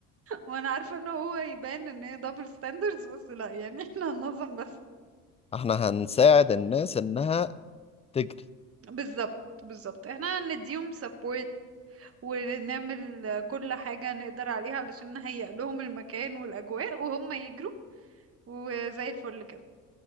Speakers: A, on the right (about 35°); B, on the left (about 15°).
A: وانا عارفه ان هو يبان ان هي دبل ستاندردز بس لا يعني احنا هننظم بس
B: <laughs> احنا هنساعد الناس انها تجري
A: بالظبط بالظبط احنا هنديهم سبورت ونعمل كل حاجه نقدر عليها علشان نهيئ لهم المكان والاجواء وهم يجروا وزي الفل كده